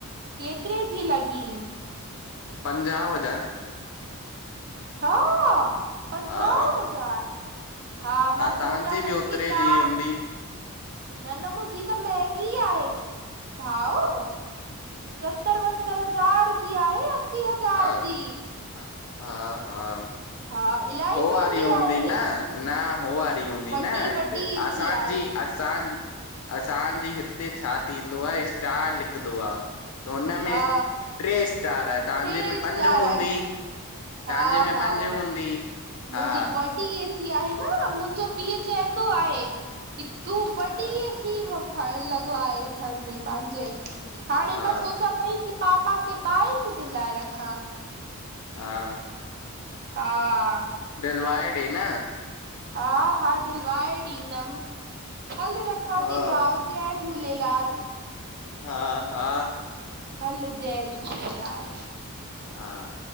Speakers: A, on the right (about 45°); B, on the left (about 70°).
A: केतिरे जी लॻी।
B: पंजाहु हज़ार।
A: हा! पंजाहु
B: हा
A: हजार। हा, मां सोचां
B: तव्हांजी
A: पई
B: बि ओतिरे
A: की कार।
B: जी हूंदी
A: न न मुंहिंजी त महेंगी आहे भाउ। सतरि वतरि हज़ार जी आहे। हज़ार
B: अ,
A: जी
B: हा हा।
A: हा इलाही
B: हो
A: महांगी
B: वारी हूंदी
A: आहे
B: न, न, हो वारी हूंदी
A: वॾी
B: न
A: वॾी एसी
B: असांजी
A: आहे
B: असां असांजे हिते छा थींदो आहे स्टार लिखंदो आहे। त हुनमें
A: हा
B: ट्रे स्टार आहे, तव्हांजे
A: टे
B: में
A: स्टार
B: पंज हूंदी।
A: आहे
B: त्वहांजेे
A: हा
B: में
A: भाऊ
B: पंज हूंदी। हा
A: मुंहिंजी वॾी एसी आहे न, मुंहिंजो पीउ चवंदो आहे। की तूं वॾी
B: हा
A: असीं लॻवा घर में पंहिंजे हाणे
B: हा
A: मां सोचां पई की पापा खे बाइक दिलाए रखा।
B: हा।
A: हाँ।
B: दिलवाए डे न।
A: हा हा डढिलवाए ॾींदमि, हल रखां
B: हा
A: थी भाव च झूलेलाल।
B: हाँ हाँ।
A: हल जय झूलेलाल।
B: हाँ।